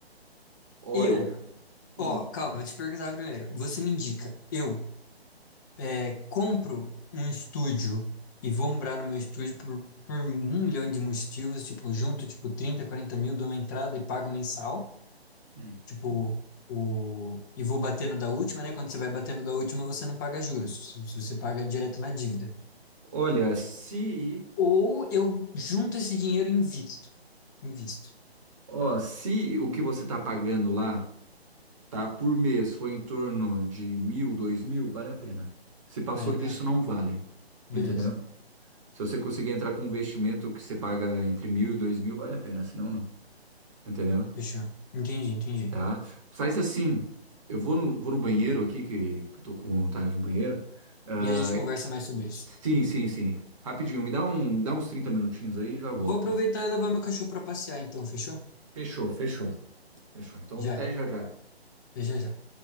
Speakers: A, on the right; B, on the left.
A: Olha,
B: Eu,
A: hum,
B: ó, calma, vou te perguntar primeiro. Você me indica, eu é, compro um estúdio e vou morar no meu estúdio por, por um milhão de motivos, tipo, junto, tipo, 30 40 mil, dou uma entrada e pago mensal.
A: hum.
B: Tipo, o... e vou batendo da última, né? Quando você vai batendo da última, você não paga juros. se- Você paga direto na dívida.
A: olha, se,
B: Ou eu junto esse dinheiro e invisto. Invisto.
A: ó, se o que você tá pagando lá, tá, por mês foi em torno de mil, dois mil, vale a pena. Se passou
B: Vale a
A: disso,
B: pena?
A: não vale,
B: Beleza.
A: entendeu? Se você conseguir entrar com um investimento que você paga entre mil e dois mil, vale a pena, senão não, entendeu?
B: Fechou. Entendi, entendi.
A: tá? Faz assim, eu vou no, vou no banheiro aqui, que, que eu tô com vontade no banheiro. Ah,
B: E a gente conversa mais sobre isso.
A: sim, sim, sim. Rapidinho, me dá um, dá uns 30 minutinhos aí e já volta.
B: Vou aproveitar e levar meu cachorro para passear, então, fechou?
A: Fechou, fechou. Fechou. Então,
B: Já
A: até
B: é.
A: já já.
B: Já, já, já.